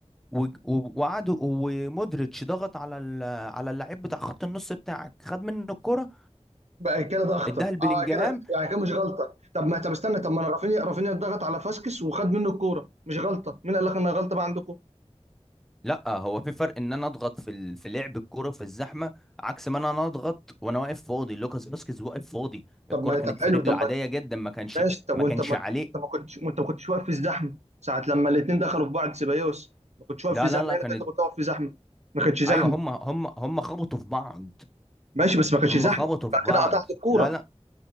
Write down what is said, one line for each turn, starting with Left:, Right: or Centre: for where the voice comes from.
Centre: و... و... وقعدوا ومودريتش ضغط على ال... على اللعيب بتاع خط النص بتاعك خد منه الكرة
Right: بقى كده ضغطه
Centre: اداها لبلينجهام
Right: اه كده يعني كده مش غلطه طب ما طب استنى طب ما انا رافينيا رافينيا ضغط على فاسكس وخد منه الكوره مش غلطه مين قال لك انها غلطه بقى عندكم
Centre: لا هو في فرق ان انا اضغط في ال... في لعب الكرة في الزحمه عكس ما انا انا اضغط وانا واقف فاضي لوكاس فاسكيز واقف فاضي
Right: طب
Centre: الكرة
Right: ما
Centre: كانت
Right: طب حلو
Centre: في رجله
Right: طب ما
Centre: عاديه جدا ما كانش
Right: ماشي طب
Centre: ما
Right: وانت
Centre: كانش
Right: ما
Centre: عليه
Right: انت ما كنتش وانت ما كنتش واقف في الزحمه ساعه لما الاثنين دخلوا في بعض سيبايوس ما كنتش واقف
Centre: لا
Right: في زحمه
Centre: لا لا
Right: يعني
Centre: كانت
Right: كنت كنت واقف في زحمه ما كانتش زحمه
Centre: ايوه هم هم هم خبطوا في بعض
Right: ماشي بس ما كانش
Centre: هم
Right: زحمه
Centre: خبطوا في
Right: بعد
Centre: بعض
Right: كده قطعت الكوره
Centre: لا لا